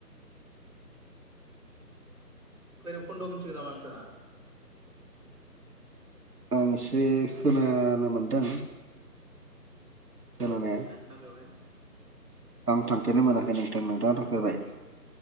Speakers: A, in the centre; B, on the right (about 70°).
A: बैरोबखन्द' मिथिबाय नामा नोंथाङा
B: आं एसे खोनानो मोनदों खोनानाया
A: थांपेराखै ना बेवहाय
B: आं थांफेरनो मोनाखै नोंथां। नोंथाङा थांफेरबाय?